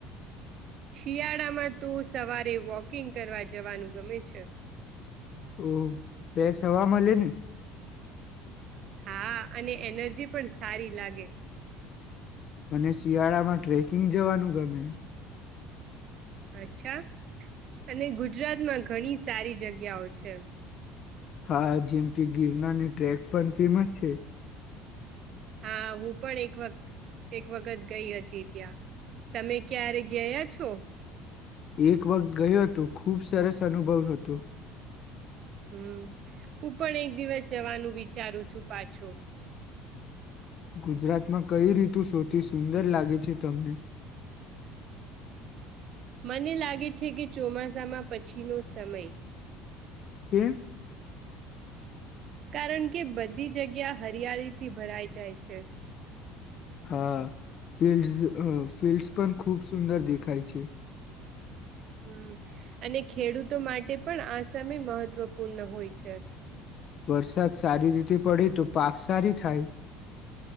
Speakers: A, on the right; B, on the left.
A: શિયાળામાં તો સવારે વોકિંગ કરવા જવાનું ગમે છે.
B: ઓ ફેસ હવા મલે ને.
A: હા અને એનર્જી પણ સારી લાગે.
B: મને શિયાળામાં ટ્રેકિંગ જવાનું ગમે.
A: અચ્છા અને ગુજરાતમાં ઘણી સારી જગ્યાઓ છે.
B: હા જેમ કે ગિરનારની ટ્રેક પણ ફેમસ છે.
A: હા હું પણ એક વક એક વખત ગઈ હતી ત્યાં તમે ક્યારે ગયા છો.
B: એક વખ ગયો હતો ખૂબ સરસ અનુભવ હતો.
A: હમ હું પણ એક દિવસ જવાનું વિચારું છું પાછું.
B: ગુજરાતમાં કઈ રીતુ શોથી સુંદર લાગે છે તમને.
A: મને લાગે છે કે ચોમાસામાં પછીનો સમય.
B: કેમ.
A: કારણ કે બધી જગ્યા હરિયાળી થી ભરાઈ જાય છે.
B: હા ફિલ્ડસ અ ફિલ્ડસ પણ ખૂબ સુંદર દેખાય છે.
A: હમ અને ખેડૂતો માટે પણ આ સમય મહત્વપૂર્ણ હોય છે.
B: વરસાદ સારી રીતે પડે તો પાક સારી થાય.